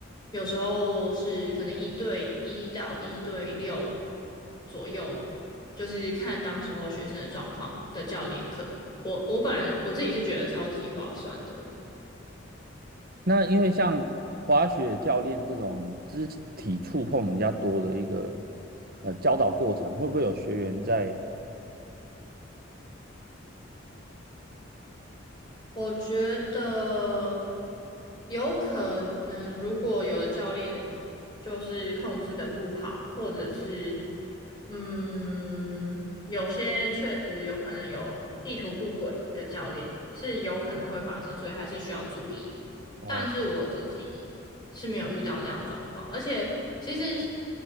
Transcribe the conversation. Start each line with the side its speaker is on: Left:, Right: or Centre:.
Left: 有时候是可能一对一到一对六左右，就是看当时候学生的状况的教练课。我我本人我自己是觉得超级划算的。
Right: 那因为像滑雪教练这种肢体触碰比较多的一个呃教导过程，会不会有学员在？
Left: 我觉得有可能，如果有的教练就是控制的不好，或者是嗯，有些确实有可能有意图不轨的教练，是有可能会发生，所以还是需要注意。
Right: 哦
Left: 但是我自己是没有遇到这样的状况，而且其实